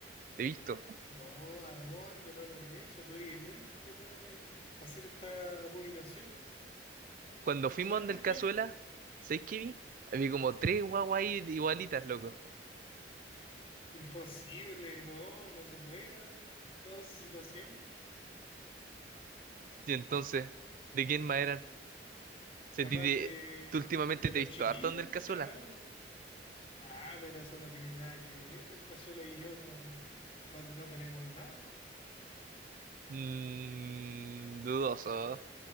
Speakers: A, on the right; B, on the left.
A: Te he visto.
B: No, ¿a dónde? No lo he hecho. Tú eres el único que puede hacer esta abominación.
A: Cuando fuimos
B: ¿Sabes
A: donde
B: por
A: el Cazuela,
B: qué?
A: ¿sabes qué vi? Había como tres guaguas ahí igualitas, loco.
B: Imposible, no, no se puede haber dado esa situación.
A: Y entonces, ¿de quién más eran? Se
B: capaz
A: ti de-
B: de,
A: ¿Tú últimamente
B: de
A: te
B: los
A: he visto
B: chiquillos
A: harto donde el
B: que
A: Cazuela?
B: hicieron algo. Ah, pero eso no tiene nada que ver. El Cazuela y yo no, no, no tenemos nada.
A: Mmm, dudoso,